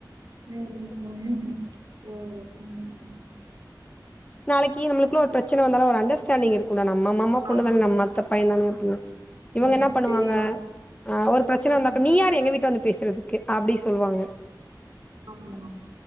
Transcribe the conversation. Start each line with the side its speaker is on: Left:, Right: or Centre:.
Right: ம் <unintelligible> ம்
Left: நாளிக்கு நம்மளுக்குள்ள ஒரு பிரச்சன வந்தாலு ஒரு அண்டர்ஸ் டான்டிங் இருக்குல நம்ம மாமா பொண்ணு
Right: ஆமா
Left: தானே நம்ம அத்த பையந் தானே அப்டினு இவங்க
Right: ம்
Left: என்ன பண்ணுவாங்க
Right: தெரியு
Left: அ ஒரு பிரச்சன வந்தாக்கா
Right: ம்
Left: நீ யாரு எங்க வீட்ல வந்து பேசுறது க்கு அப்டி சொல்லுவாங்க
Right: ஆம்மா